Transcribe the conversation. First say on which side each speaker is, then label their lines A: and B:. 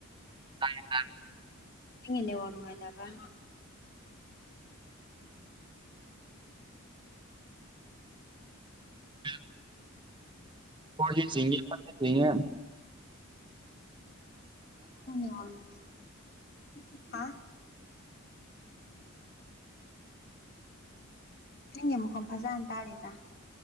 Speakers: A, on the right; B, on the left.
A: ꯇ
B: ꯃꯤꯟꯅ ꯋꯥꯅꯨꯉꯥꯏꯇꯕ꯭ꯔ
A: ꯎꯝ ꯎꯝ ꯐꯔꯖꯤ ꯁꯤꯡ ꯐꯁꯤꯡꯦ
B: ꯋꯥ ꯑ ꯏ ꯃꯈꯝ ꯐꯖꯥ ꯇꯥꯗꯦꯗ